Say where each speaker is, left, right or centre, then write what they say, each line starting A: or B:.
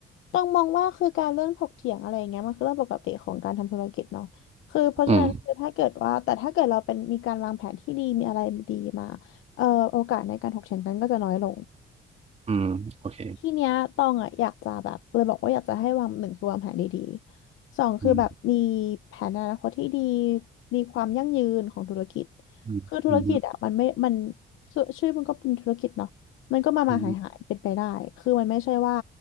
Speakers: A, on the left; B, on the right.
A: ต้องมองว่าคือการเรื่องถกเถียงอะไรอย่างเงี้ยมันคือเรื่องปกติของการทำธุรกิจเนาะคือเพราะฉะนั้นคือถ้าเกิดว่าแต่ถ้าเกิดเราเป็นมีการวางแผนที่ดีมีอะไรดีมา
B: อืม
A: เอ่อโอกาสในการถกเถียงกันก็จะน้อยลง
B: อืมโอเค
A: ทีเนี้ยตองอ่ะอยากจะแบบเลยบอกว่าอยากจะให้วางหนึ่งคือวางแผนดีๆสองคือแบบมี
B: อืม
A: แผนอนาคตที่ดีมีความยั่งยืนของธุรกิจ
B: อืมอืม
A: คือธุรกิจอ่ะมันไม่มันชื่อชื่อมันก็เป็นธุรกิจเนาะมันก็มามาหายหายเป็นไปได้คือมันไม่ใช่ว่า
B: อืม